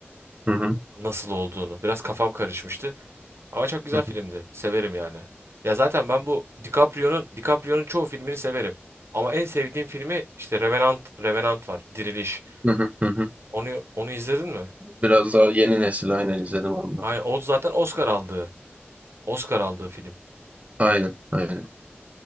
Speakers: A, on the right (about 35°); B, on the right (about 85°).
A: Hı hı,
B: nasıl olduğunu. Biraz kafam karışmıştı. Ama çok güzel
A: hı
B: filmdi.
A: hı.
B: Severim yani. Ya zaten ben bu DiCaprio'nun DiCaprio'nun çoğu filmini severim. Ama en sevdiğim filmi işte Revenant Revenant var. Diriliş.
A: Hı hı, hı hı.
B: Onu onu izledin mi?
A: Biraz daha yeni nesil aynen izledim onu.
B: Aynen o zaten Oscar aldığı. Oscar aldığı film.
A: Aynen, aynen.